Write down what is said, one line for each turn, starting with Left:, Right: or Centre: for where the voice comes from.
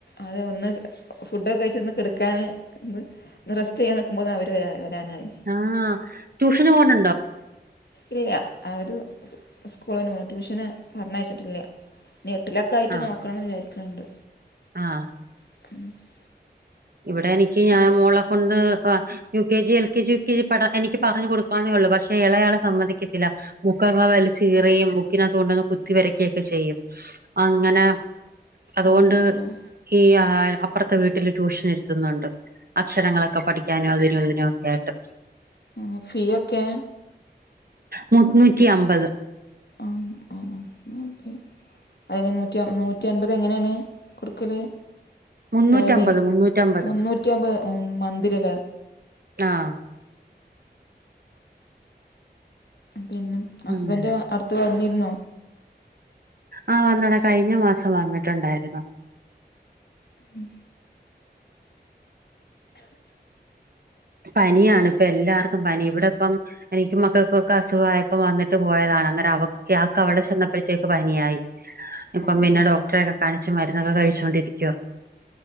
Left: അതെ ഒന്ന് ഫുഡൊക്കെ കഴിച്ച് ഒന്ന് കെടക്കാന് ഒന്ന് റെസ്റ്റ് ചെയ്യാൻ നിക്കുമ്പോത്തിന് അവര് വരാ വരാനായി
Right: ആഹ് ട്യൂഷന് പോണ്
Left: ഇല്ല അവര് സ്കൂള്ന് പോയാ ട്യൂഷന് പറഞ്ഞയച്ചിട്ടില്ല നീട്ടലൊക്കെ ആയിട്ട്
Right: ആഹ്
Left: നോക്കണംന്ന് വിചാരിക്ക്ണ്ട്
Right: ആഹ്
Left: <inaudible>
Right: ഇവിടെ നി ക്കി ഞാൻ
Left: മുത്ത്
Right: മോളെ കൊണ്ട് പ്പോ U K G L K G യൊക്കെപഠ എനിക്കി പറഞ്ഞു കൊടുക്കാനേ ഒള്ളൂ പക്ഷേ ഇളയാള് സമ്മതിക്കത്തില്ല ബുക്കാെക്കെ വലിച്ച്കീറിം ബുക്കിനകത്ത് കൊണ്ടന്ന് കുത്തി വരക്കെക്കെ ചെയ്യും അങ്ങനെ അതുകൊണ്ട്
Left: ഓഹ് ഓഹ് ഓഹ്
Right: ഈ ആ അപ്പർത്തെ വീട്ടില് ട്യൂഷൻ ഇരുത്തുന്നുണ്ട് അക്ഷരങ്ങളൊക്കെ പഠിക്കാനും അതിനും ഇതിനും ഒക്കെ ആയിട്ട്
Left: ആഹ് ഫീയൊക്കെ
Right: മൂന്നൂറ്റി അമ്പ
Left: ആഹ് ആഹ് എന്നാ ഓക്കെ അഎങ്ങനെ നൂറ്റി നൂറ്റി അൻപത് എങ്ങനേണ് കൊടുക്കല്
Right: മുന്നൂറ്റമ്പത്
Left: ഡെയ്ലോ
Right: മുന്നൂറ്റമ്പത്
Left: മൂന്നൂറ്റി അമ്പത് ഉം മൻതിലല്ലേ
Right: ആഹ്
Left: പിന്നെ ഹസ്ബന്റ്
Right: അങ്ങനെ
Left: അട്ത്ത് വന്നിരുന്നോ
Right: ആഹ് വന്ന ഡാ കഴിഞ്ഞ മാസം വന്നിട്ടുണ്ടായിരുന്നു
Left: ഉം
Right: പനിയാണ് പ്പെ എല്ലാർക്കും പനി. ഇവ്ടെപ്പം എനിക്കും മക്കൾക്കൊക്കെ അസുഖായപ്പം വന്നിട്ട് പോയതാണ് അന്നേരം അവ ഇയാക്ക് അവടെ ചെന്നപ്പഴത്തേക്ക് പനിയായി. ഇപ്പം
Left: ഉം
Right: പിന്നെ ഡോക്ടറെ ഒക്കെ കാണിച്ച് മരുന്നൊക്കെ കഴിച്ചോണ്ടിരിക്കുവാ.